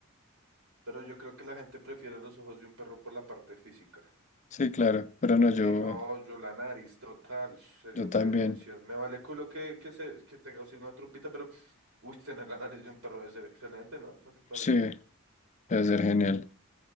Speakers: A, on the right (about 75°); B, on the left (about 35°).
A: Pero yo creo que la gente prefiere los ojos de un perro por la parte física.
B: Sí, claro, pero no, yo,
A: Sí, no, yo la nariz total, sería
B: yo
A: otra
B: también.
A: dimensión. Me vale culo que, que, se, que tenga así una trompita, pero uy, tener la nariz de un perro debe ser excelente, ¿no? ¿No te parece?
B: Sí, debe ser genial.